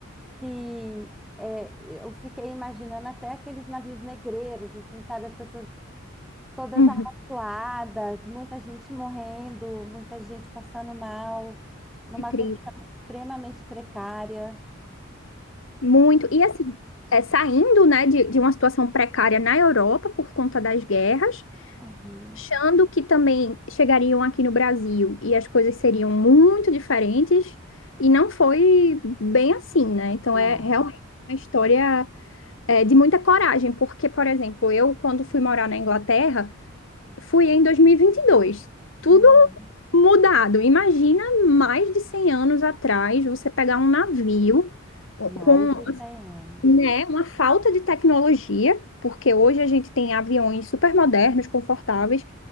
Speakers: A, in the centre; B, on the left.
A: que é, eu fiquei imaginando até aqueles navios negreiros, assim, sabe? As pessoas todas
B: Uhum,
A: amontoadas, muita gente morrendo, muita gente passando mal, numa
B: que triste.
A: condição extremamente precária.
B: Muito. E assim, é, saindo, né, de, de uma situação precária na Europa por conta das guerras,
A: Uhum.
B: achando que também chegariam aqui no Brasil e as coisas seriam muito diferentes, e não foi bem assim, né? Então
A: Não,
B: é realmente uma história, é, de muita coragem, porque, por exemplo, eu, quando fui morar na Inglaterra, Fui em dois mil e e vinte e dois. Tudo
A: Uhum.
B: mudado. Imagina mais de 100 anos atrás você pegar um navio com
A: Mais de 100 anos.
B: né? Uma falta de tecnologia, porque hoje a gente tem aviões super modernos, confortáveis,